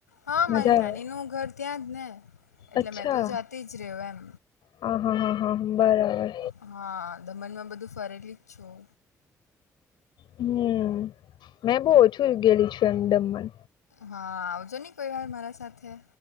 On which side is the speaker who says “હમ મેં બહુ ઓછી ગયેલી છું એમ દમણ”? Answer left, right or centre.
Left